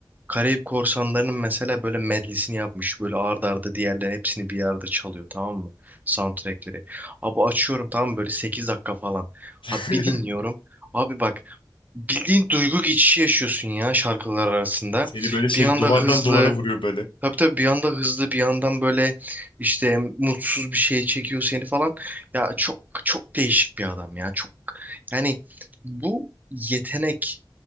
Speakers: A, on the right; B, on the left.
A: Karayip Korsanları'nın mesela böyle medlisini yapmış. Böyle arda arda diğerlerin hepsini bir arada çalıyor tamam mı? Soundtrackleri. Abi açıyorum tamam mı? Böyle 8 dakika falan.
B: <laughs>
A: Abi bir dinliyorum. Abi bak bildiğin duygu geçişi yaşıyorsun ya şarkılar arasında.
B: seni böyle şey
A: Bir anda
B: duvardan
A: hızlı.
B: duvara vuruyor böyle.
A: Tabii tabii bir anda hızlı bir yandan böyle işte mutsuz bir şeye çekiyor seni falan. Ya çok çok değişik bir adam ya. Çok yani bu yetenek.